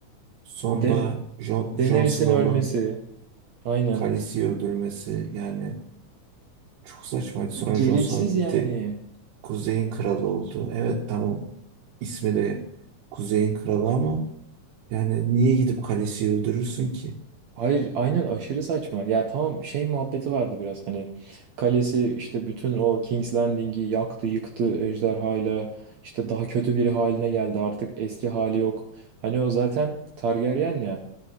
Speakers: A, on the right (about 85°); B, on the right (about 65°).
A: sonda
B: Den
A: Jon, Jon
B: Daenerys'in
A: Snow'un
B: ölmesi aynen
A: Khaleesi'yi öldürmesi yani çok saçmaydı. Sonra
B: gereksiz
A: Jon Snow gitti
B: yani.
A: Kuzey'in kralı oldu. Evet tamam ismi de Kuzey'in kralı ama yani niye gidip Khaleesi'yi öldürürsün ki?
B: Hayır aynen aşırı saçma. Ya tamam şey muhabbeti vardı biraz hani kalesi işte bütün o King's Landing'i yaktı yıktı ejderhayla işte daha kötü biri haline geldi artık eski hali yok. Hani o zaten Targaryen ya.